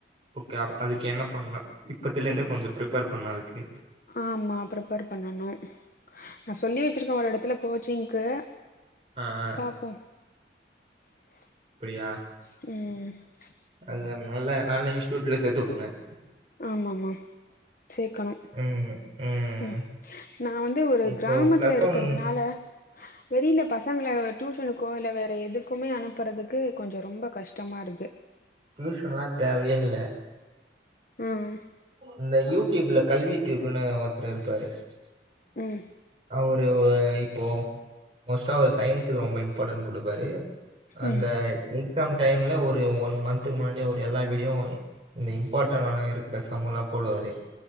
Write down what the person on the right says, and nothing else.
ஓகே அஹ் அதுக்கு என்ன பண்ணலாம் இப்பத்துல இருந்தே கொஞ்சம் பிரிப்பேர் பண்ணும் அதுக்கு
அ அ
அப்படியா
அது நல்ல நல்ல இன்ஸ்டூட்ல சேர்த்து உட்டுரேன்
ம் ம்
இப்போ
பிளஸ்
ஒன்
டியூஷன்லாம் தேவையே இல்ல
இந்த யூடியூப்ல கல்வி டியூப்ன்னு <unintelligible>
ஒரு இப்போ மோஸ்டா சயின்ஸுக்கு ரொம்ப இம்பார்ட்டன் கொடுப்பாரு அந்த
க் எஃஸாம்டைம்ல ஒரு ஒன் மந்த்துக்கு முன்னாடி ஒரு எல்லா வீடியும் இந்த இம்பார்டண்ட இருக்க சம்பளா போடுவாரு